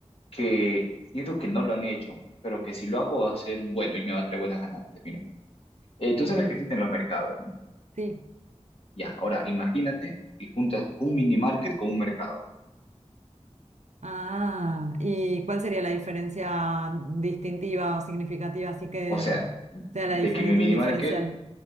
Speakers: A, on the left; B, on the right.
A: que siento que no lo han hecho, pero que si lo hago va a ser bueno y me va a traer buenas ganancias. Mira, eh, tú sabes que existen los mercados, ¿no?
B: Sí.
A: Ya, ahora imagínate y juntas un mini market con un mercado.
B: Ah, ¿y cuál sería la diferencia distintiva o significativa? Así que
A: O sea,
B: sea la
A: de
B: diferen-
A: que en el mini
B: el diferencial.
A: market,